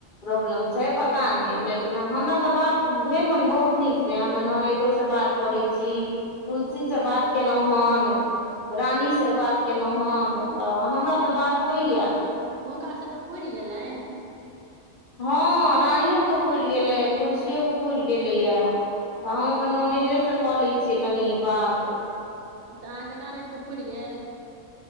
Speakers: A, on the left; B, on the right.
A: प्रॉब्लम छै पता नहि लेकिन हमरा तऽ बात भेल हेन बहुत नीक से हमर ननैदो से बात करै छी तुलसी से बात केलहुॅं हन रानीसँ बात केलौं हन तऽ हमरा तऽ बात होइयै
B: हुनका सभके पूरि गेलनि
A: हँ रानिओके पूरि गेलै तुलसिओके पूरि गेलै यै तऽ हम अपन ननैदेसँ कऽ लै छियै कनि बात
B: तऽ अहाँके ननैदक पुरि गेल